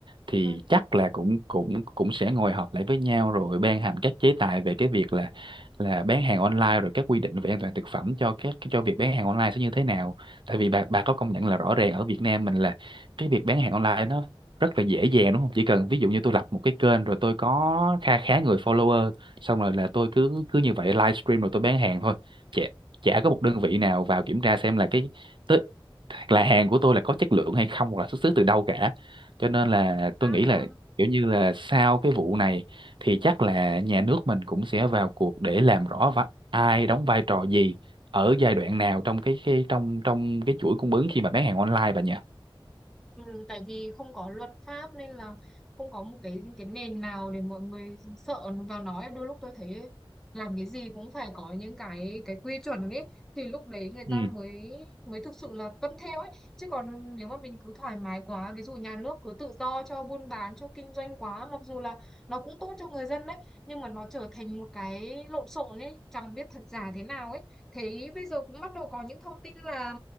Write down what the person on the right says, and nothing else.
thì
chắc là cũng cũng cũng sẽ ngồi họp lại với nhau rồi ban hành các chế tài về cái việc là là bán hàng online rồi các quy định về an toàn thực phẩm cho các cho việc bán hàng online sẽ như thế nào tại vì bà bà có công nhận là rõ ràng ở Việt Nam mình là cái việc bán hàng online nó rất là dễ dàng đúng không chỉ cần ví dụ như tôi lập một cái kênh rồi tôi có kha khá người follower xong rồi là tôi cứ cứ như vậy livestream rồi tôi bán hàng thôi chả chả có một đơn vị nào vào kiểm tra xem là cái tức là hàng của tôi là có chất lượng hay không hoặc là xuất xứ từ đâu cả cho nên là
tôi nghĩ
là kiểu như là sau cái vụ này thì chắc là nhà nước mình cũng sẽ vào cuộc để làm rõ va- ai đóng vai trò gì ở giai đoạn nào trong cái, cái trong trong cái chuỗi cung ứng khi mà bán hàng online bà nhỉ
Ừ.